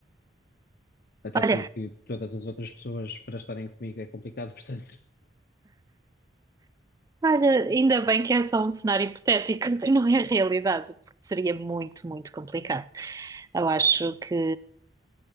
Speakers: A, on the left (about 55°); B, on the right (about 20°).
A: Até
B: Olha,
A: porque todas as outras pessoas para estarem comigo é complicado, <laughs> portanto,
B: olha, ainda bem que é só um cenário hipotético, <laughs> que não é realidade, porque seria muito, muito complicado. Eu acho
A: sim,
B: que.